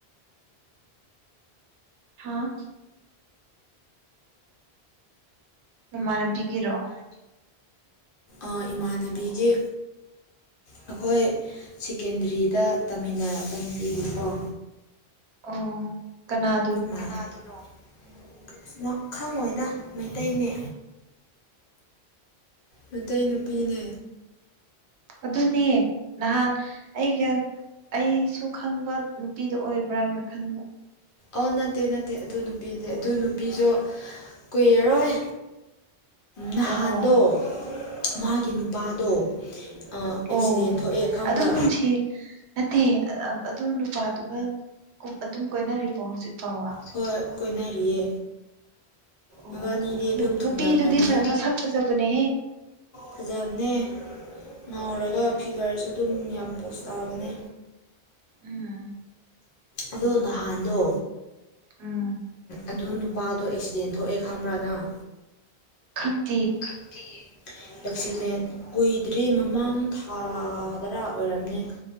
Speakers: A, on the right (about 85°); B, on the left (about 60°).
A: ꯍꯥꯥ ꯃꯥꯟꯅꯕꯤꯒꯤꯔꯣ
B: ꯑ ꯏꯃꯥꯟꯅꯕꯤꯒꯤ ꯑꯩꯈꯣꯏ ꯁꯦꯀꯦꯟꯗꯔꯤꯗ ꯇꯥꯃꯤꯟꯅꯔꯛꯄ <unintelligible>
A: ꯑꯣ ꯀꯅꯥ
B: <unintelligible> ꯈꯪꯉꯣꯏꯗ ꯃꯩꯇꯩꯅꯦ ꯃꯩꯇꯩ ꯅꯨꯄꯤꯅꯦ
A: ꯑꯗꯨꯗꯅꯦ ꯅꯍꯥꯟ ꯑꯩꯒ ꯑꯩꯁꯨ ꯈꯪꯕ ꯅꯨꯄꯤꯗ ꯑꯣꯏꯕ꯭ꯔꯥꯅ ꯈꯟꯕ
B: ꯑ ꯅꯠꯇꯦ ꯅꯠꯇꯦ ꯑꯗꯨ ꯅꯨꯄꯤꯗꯤ ꯑꯗꯨ ꯅꯨꯄꯤꯁꯨ ꯀꯨꯏꯔꯔꯣꯏ ꯅꯍꯥꯟꯗꯣ
A: ꯑꯣꯍꯣ
B: ꯃꯥꯒꯤ ꯅꯨꯄꯥꯗꯣ ꯑꯦꯛꯁꯤꯗꯦꯟ
A: ꯑꯣ
B: ꯊꯣꯛꯑꯦ ꯈꯪꯕ꯭ꯔꯥ
A: ꯑꯗꯨꯝ ꯅꯨꯡꯁꯤ ꯅꯠꯇꯦ ꯑꯗꯨ ꯅꯨꯄꯥꯗꯨꯒ ꯑꯗꯨꯝ ꯀꯣꯏꯅꯔꯤꯕꯣ ꯍꯧꯖꯤꯛ ꯐꯥꯎꯕ
B: ꯍꯣꯏ ꯀꯣꯏꯅꯔꯤꯌꯦ
A: ꯑꯣ
B: ꯃꯕꯥꯅꯤꯗꯤ ꯑꯗꯨꯝ ꯊꯨꯡꯅꯔꯅꯤ
A: ꯅꯨꯄꯤꯗꯨꯗꯤ ꯃꯁꯛ ꯐꯖꯕꯅꯦꯍꯦ
B: ꯐꯖꯕꯅꯦ ꯉꯥꯎꯔꯒ ꯐꯤꯒꯔꯁꯨ ꯑꯗꯨꯝ ꯌꯥꯝ ꯄꯣꯁ ꯇꯥꯕꯅꯦ
A: ꯎꯝ
B: ꯑꯗꯣ ꯅꯍꯥꯟꯗꯣ
A: ꯎꯝ
B: ꯑꯗꯨ ꯃꯥꯗꯣ ꯑꯦꯛꯁꯤꯗꯦꯟ ꯊꯣꯛꯑꯦ ꯈꯪꯕ꯭ꯔ ꯅꯪ
A: ꯈꯪ
B: <unintelligible> ꯑꯦꯛꯁꯤꯗꯦꯟ ꯀꯨꯏꯗ꯭ꯔꯤ ꯃꯃꯥꯡ ꯊꯥꯗꯔꯥ ꯑꯣꯏꯔꯝꯅꯦ